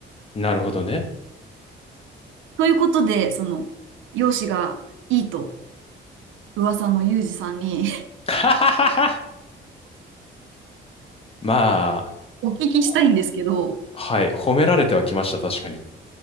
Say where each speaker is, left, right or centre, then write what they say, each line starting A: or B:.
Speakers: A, on the left; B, on the right.
A: なるほどね。
B: ということで、その、容姿がいいと噂のユージさんに
A: <laughs> ははははまあ、
B: <laughs> お聞きしたいんですけど、
A: ほはい、褒められてはきました、確かに。